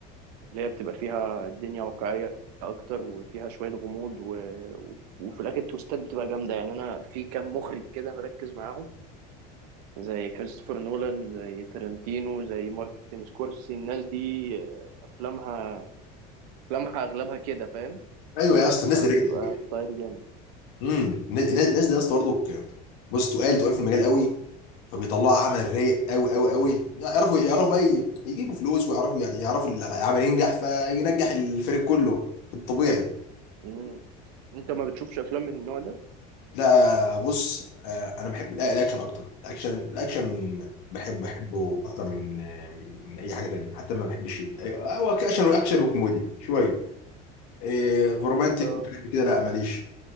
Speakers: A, on the right; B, on the left.
A: اللي هي بتبقى فيها الدنيا واقعية اكتر وفيها شوية غموض و... وفي الاخر التويستات بتبقى جامدة يعني انا في كام مخرج كده مركز معاهم زي كريستوفر نولان زي ترنتينو زي مارتن سكورسي الناس دي آه، افلامها افلامها اغلبها كده فاهم
B: ايوه يا اسطى الناس
A: فبتبقى
B: دي رايقه
A: ستايل جامد
B: امم الناس الناس دي يا اسطى برضو ك- بص تقال تقال في المجال قوي فبيطلعوا عمل رايق قوي قوي قوي يعرفوا يعرفوا بقى ي- يجيبوا فلوس ويعرفوا يعني يعرفوا ال- العمل ينجح فينجح الفريق كله في الطبيعي
A: مم. انت ما بتشوفش افلام من النوع ده
B: لا بص آه، انا بحب لا، الاكشن اكتر الاكشن الاكشن بحب بحبه اكتر من آه، من اي حاجه تانية حتى ما بحبش ال- آه، هو اكشن واكشن وكوميديا شويه إيه، رومانتك
A: اه
B: وحاجات كده لا ماليش